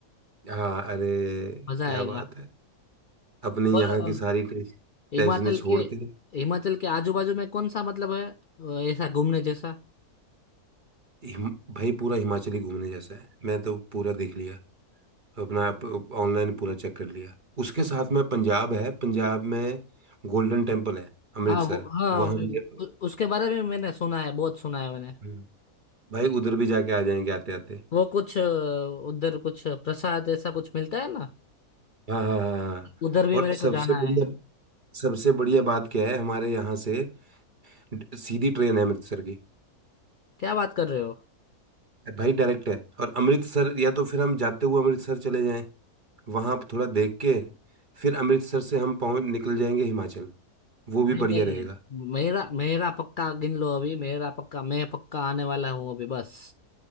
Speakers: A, on the right; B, on the left.
A: हाँ अरे
B: मजा
A: क्या
B: आएगा
A: बात है अपने
B: और
A: यहाँ
B: अ,
A: की सारी टेंश-
B: हिमाचल
A: टेंशनें छोड़
B: के
A: के
B: हिमाचल के आजू बाजू में कौन सा मतलब है अ, ऐसा घूमने जैसा
A: हिम, भाई पूरा हिमाचली घूमने जैसा है मैं तो पूरा देख लिया अपना आप ऑनलाइन पूरा चेक कर लिया उसके साथ में पंजाब है पंजाब में गोल्डन टेम्पल है अमृतसर
B: हाँ वो हाँ
A: वहाँ
B: वो-
A: भी जा-
B: उ- उसके बारे में मैंने सुना है बहुत सुना है मैंने
A: हम्म, भाई उधर भी जाके आ जाएंगे आते आते
B: वो कुछ अ, उधर कुछ प्रसाद ऐसा कुछ मिलता है ना
A: हाँ हाँ हाँ हाँ।
B: उधर भी
A: और
B: मेरे
A: सबसे
B: को जाना
A: बढ़िया
B: है
A: सबसे बढ़िया बात क्या है हमारे यहाँ से ड- सीधी ट्रेन है अमृतसर की
B: क्या बात कर रहे हो
A: भाई डायरेक्ट है और अमृतसर या तो फिर हम जाते हुए अमृतसर चले जाएं वहाँ आप थोड़ा देख के फिर अमृतसर से हम पहुँच निकल जाएंगे हिमाचल वो भी
B: नहीं
A: बढ़िया रहेगा
B: नहीं मेरा मेरा पक्का गिन लो अभी मेरा पक्का मैं पक्का आने वाला हूँ अभी बस